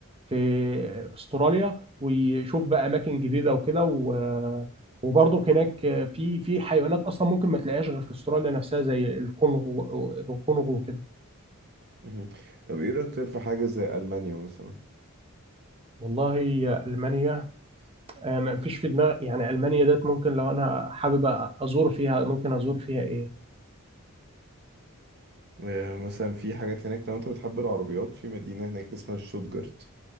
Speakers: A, on the right; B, on the right.
A: في في استراليا ويشوف بقى اماكن جديده وكده و- وبرضك هناك في في حيوانات اصلا ممكن ما تلاقيهاش غير في استراليا نفسها زي الكونغو الكونغو وكده
B: مهم. طب إيه رأيك طيب في حاجة زي ألمانيا مثلا
A: والله المانيا آه، ما فيش في دماغي يعني المانيا ديت ممكن لو انا حابب ازور فيها ممكن ازور فيها ايه
B: آه، مثلا في حاجات هناك لو أنت بتحب العربيات في مدينة هناك اسمها شتوتجارت